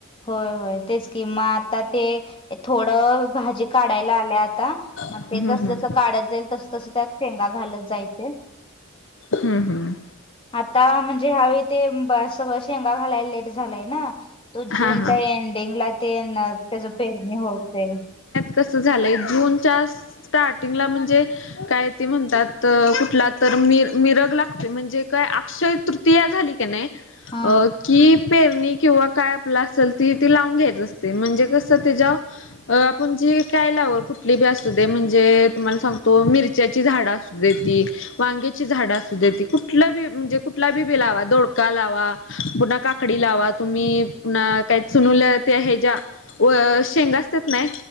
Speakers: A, on the left; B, on the left.
A: होय होय तेच की मग आता ते थोडं भाजीत काढायला आलय आता, मग
B: हम्म
A: ते जसं
B: हम्म
A: जसं काढत जाईल तसं तसं त्यात शेंगा घालत जायचे.
B: हम्म. हम्म.
A: आता म्हणजे ह्यावेळी ते सगळ शेंगा घालायलेत. झालाय ना. तो जूनच्या
B: हा हा
A: एंडिंगला ते येणार त्याज पेरणी होतंय.
B: कस झालंय. जूनच्या स्टार्टिंगला म्हणजे काय ते म्हणतात कुठला तर मिर-मिरग लागती म्हणजे काय अक्षय तृतीया झाली का नाही,
A: हा
B: अ की पेरणी किंवा काय आपलं असेल ती ती लावून घ्यायच असतंय म्हणजे कसं तेज्यावर अं आपण जी काय लावलं कुठली बी असु दे, म्हणजे तुम्हाला सांगतो मिरच्याची झाडं अस ती वांगेची झाडं असू देत, कुठलं बी म्हणजे कुठला बी बी लावा दोडका लावा. पुन्हा काकडी लावा. तुम्ही पुन्हा काय चनुल्या त्या हेज्या शेंगा असत्यात का नाय